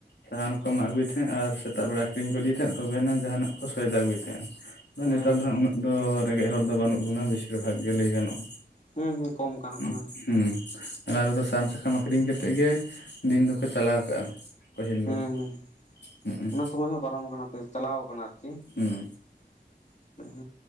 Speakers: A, on the left; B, on the left.
A: ᱥᱟᱦᱟᱱ ᱠᱚ ᱢᱟᱜ ᱟᱹᱜᱩᱭ ᱛᱟᱦᱮᱸᱫ ᱟᱨ ᱥᱮᱛᱟᱜ ᱵᱮᱲᱟ ᱟᱠᱷᱨᱤᱧ ᱠᱚ ᱤᱫᱤᱭ ᱛᱟᱦᱮᱸᱜ ᱛᱚᱵᱮ ᱮᱱᱟ ᱡᱟᱦᱟᱱᱟᱜ ᱠᱚ ᱥᱚᱭᱫᱟ ᱟᱹᱜᱩᱭᱮᱫ ᱛᱟᱦᱮᱸᱜ-ᱟ, ᱫᱚ
B: ᱦᱮᱸ
A: ᱱᱮᱛᱟᱨ ᱫᱚ ᱦᱟᱜ ᱩᱱᱟᱹᱜ ᱫᱚ ᱨᱮᱸᱜᱮᱡ ᱦᱚᱲ ᱫᱚ ᱵᱟᱹᱱᱩᱜ ᱵᱚᱱᱟ ᱵᱮᱥᱤᱨ ᱵᱷᱟᱜᱽ ᱜᱮ ᱞᱟᱹᱭ ᱜᱟᱱᱚᱜ-ᱟ᱾
B: ᱦᱮᱸ ᱦᱮᱸ ᱠᱚᱢ ᱠᱟᱱᱟ
A: ᱦᱩ
B: ᱠᱚ ᱦᱮᱸ
A: ᱦᱩᱸ ᱚᱱᱟ ᱨᱮᱫᱚ ᱥᱟᱦᱟᱱ ᱥᱟᱠᱟᱢ ᱟᱠᱷᱨᱤᱧ ᱠᱟᱛᱮᱜ ᱜᱮ ᱫᱤᱱ ᱫᱚᱠᱚ ᱪᱟᱞᱟᱣ ᱠᱟᱜ-ᱟ ᱯᱟᱹᱦᱤᱞ
B: ᱦᱮᱸ
A: ᱫᱚ
B: ᱦᱮᱸ
A: ᱦᱩᱜ ᱩᱸ᱾
B: ᱚᱱᱟ ᱥᱚᱢᱚᱭ ᱦᱚᱸ ᱯᱟᱨᱚᱢ ᱟᱠᱟᱱᱟ ᱯᱮ ᱪᱟᱞᱟᱣ ᱠᱟᱱᱟ ᱟᱨᱠᱤ
A: ᱦᱩᱸ
B: ᱾ ᱦᱮᱸ